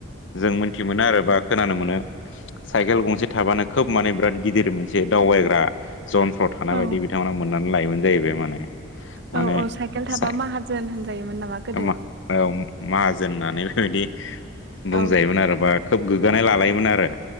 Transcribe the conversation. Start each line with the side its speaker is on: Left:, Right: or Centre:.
Left: जों मोनथि मोनो आरो बा खोनानो मोनो। साइकेल गंसे थाबानो खोब माने बिराद गिदिर मोनसे दावबायग्रा जन्थ्र माबायदि
Right: औ
Left: बिथांमोना मोननानै लायोमोन जाहैबाय माने माने
Right: औ औ साइकेल थाबा
Left: जाय
Right: माहाजोन होनजायोमोन नामा गोदो
Left: मा औ माहाजोन होननानै बेफोरबायदि बुंजायोमोन
Right: औ
Left: आरो बा खोब गोग्गानाय लालायोमोन आरो।